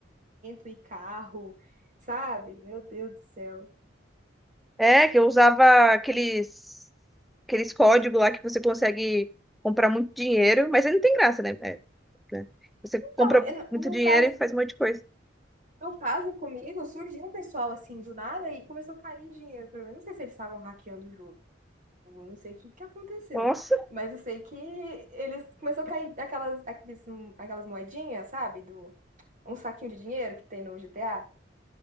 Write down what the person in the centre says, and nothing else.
É, que eu usava aqueles, aqueles códigos lá que você consegue comprar muito dinheiro, mas aí não tem graça, né? É, né? Você compra
muito
dinheiro
e faz um monte de coisa.
Nossa,